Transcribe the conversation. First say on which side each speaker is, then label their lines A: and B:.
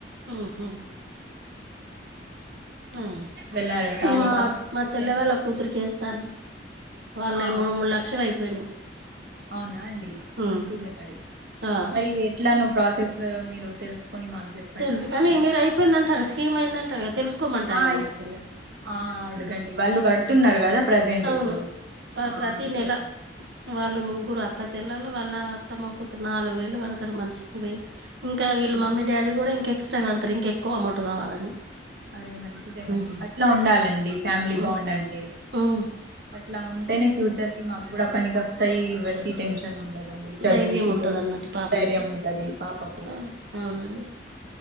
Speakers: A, on the right; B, on the right.
A: ఉహు ఆ
B: వెళ్ళారట ఇక
A: మా మా
B: ఇదే
A: చెల్లె వాళ్ళ కూతురిక వేస్తారు వాళ్ళు
B: ఆ
A: ఈ మూడు మూడు లక్షలు అయిపోయినాయి
B: అవునా అండి
A: ఉమ్
B: మంచిదే మరి
A: ఆ
B: మరి ఇట్లా ను ప్రాసెస్ మీరు తెలుసుకుని మాకు చెప్
A: తెలుసు కానీ మీరు అయిపోయిందంటార స్కీమ్ అయిందంటారు కదా తెలుసుకోమంటారు
B: ఆ
A: కండి
B: ఇ-
A: మా చెల్ల
B: ఆ అడగండి వాళ్ళు కడుతున్నారు కదా ప్రజెంట్
A: అవును
B: ఇప్పుడు
A: ప
B: ఆ
A: ప్రతి
B: అందుకోసం
A: నెల వాళ్ళు ముగ్గురు అక్క చెల్లలు వాళ్ళ అత్తమ్మ కుతులు నాలుగు వేలు కడతారు మనిషికి వేయి ఇంకా వీళ్ళ
B: ఆ.
A: మమ్మీ డాడీ కూడా ఇంక ఎక్ట్రా కడతారు ఇంకా ఎక్కువ అమౌంట్ కావాలని
B: ఆదే మంచిదే మరి
A: ఉమ్,
B: అట్లా ఉండాలండి ఫ్యామిలీ
A: ఉమ్,
B: బాండ్ అంటే
A: ఉమ్.
B: అట్లా ఉంటేనే ఫ్యూచర్ కి మాకు కూడా పనికి వస్తాయి ఎవరికి టెన్షన్ ఉండదండి చదువుకి
A: ధైర్యం ఉంటది
B: పెళ్ళికి
A: అన్నట్టు పాపలకు
B: ధైర్యం ఉంటది పాపకు
A: అవును- అవునండి